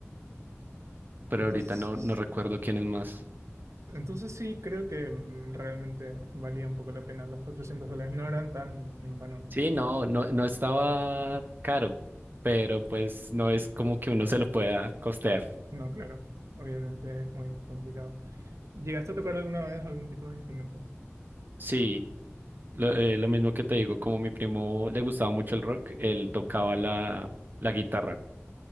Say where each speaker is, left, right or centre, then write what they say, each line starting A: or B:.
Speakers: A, on the right; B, on the right.
A: pero
B: Entonces,
A: ahorita no, no recuerdo quiénes más.
B: entonces sí, creo que mm, realmente valía un poco la pena. Los 400 dólares no eran tan en vano.
A: Sí, no, no, no estaba caro, pero pues no es como que uno se lo pueda costear.
B: No, claro. Obviamente es muy complicado. ¿Llegaste a tocar alguna vez algún tipo de instrumento?
A: Sí, Lo, eh, lo mismo que te digo, como mi primo le gustaba mucho el rock, él tocaba la, la guitarra,